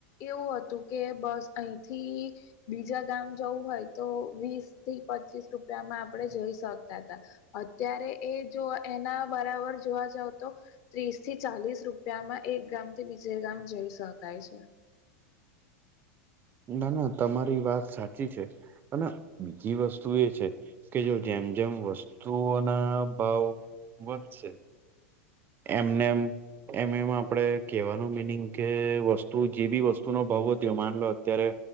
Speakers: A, on the left; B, on the right.
A: એવું હતું કે બસ અહીંથી બીજા ગામ જવું હોય તો વીસ થી પચીસ રૂપિયા માં આપડે જઈ શકતા હતા અત્યારે એ જો એના બરાબર જોવા જાવ તો ત્રીસ થી ચાલીસ રૂપિયામાં એક ગામ થી બીજે ગામ જઈ શકાય છે.
B: ના ના તમારી વાત સાચી છે અને બીજી વસ્તુ એ છે. કે જો જેમ જેમ વસ્તુઓના ભાવ વધશે એમનેમ એમ એમ આપણેે કેહેવાનું મિનિંગ કે વસ્તુ જે બી વસ્તુનો ભાવ વધયો માન લો અત્યારે